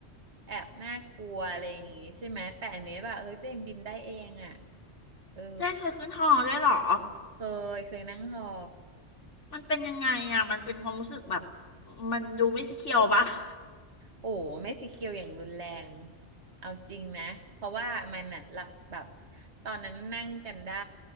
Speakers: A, on the right; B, on the left.
A: แอบน่ากลัวอะไรอย่างงี้ใช่ไหมแต่อันเนี้ยแบบเฮ้ยตัวเองบินได้เองอ่ะเออ
B: เจ๊เคยขึ้นหอด้วยเหรอ
A: เคยเคยนั่งหอ
B: มันเป็นยังไงอะมันเป็นความรู้สึกแบบมันดูไม่สเคียวปะ <laughs>
A: โอ้ไม่สีเขียวอย่างรุนแรงเอาจริงนะเพราะว่ามันน่ะหลกแบบตอนนั้นนั่งกันได้